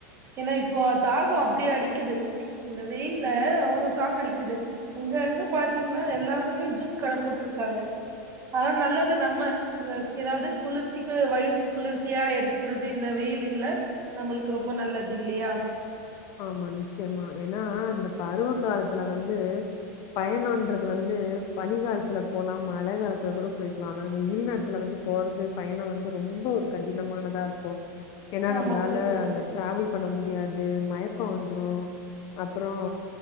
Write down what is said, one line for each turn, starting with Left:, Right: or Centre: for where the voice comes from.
Right: ஏன்னா இப்போ தாகம் அப்டி அடிக்குது இந்த வெயில்ல அவ்வளோ தாக அடிக்குது உங்க அங்க பாத் பாத்தீங்கன்னா எல்லாருமே ஜூஸ் கட போட்டுருக்காங்க அதாம் நல்லது நம்ப எதாவது குளிர்ச்சிக்கு வயிறுக்கு குளிர்ச்சியா எடுத்துக்கிறது இந்த வெயிலுல நம்மளுக்கு ரொம்ப நல்லது இல்லையா
Left: ஆமா நிச்சயமா ஏன்னா அந்த பருவ காலத்துல வந்து பயனான்றது வந்து பனி காலத்துல போலாம் மழ காலத்துல கூட போய்கலாம் ஆன வெயில் நேரத்துல வந்து போறது பயணம் வந்து ரொம்ப ஒரு கடினமானதா இருக்கும் ஏன்னா
Right: ஆமா
Left: நம்மளால
Right: தோழி
Left: அந்த ட்ராவல் பண்ண முடியாது மயக்கம் வந்துடும் அப்புறொ